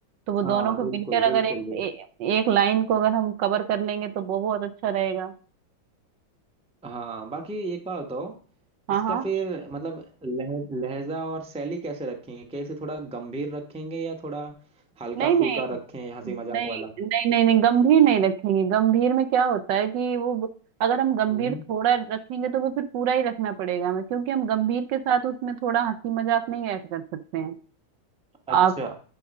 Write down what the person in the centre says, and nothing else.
हाँ
बिल्कुल
बिल्कुल
बिल्कुल
हाँ बाकी एक बात बताओ
इसका
फिर मतलब लह, लहजा और शैली कैसे रखेंगे क्या इसे थोड़ा गंभीर रखेंगे या थोड़ा हल्का
फुल्का
रखें हंसी मजाक
वाला
हम्म,
अच्छा